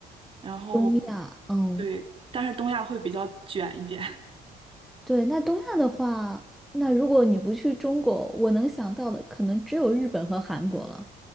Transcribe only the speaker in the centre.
东亚，哦，
对，那东亚的话，那如果你不去中国，我能想到的可能只有日本和韩国了。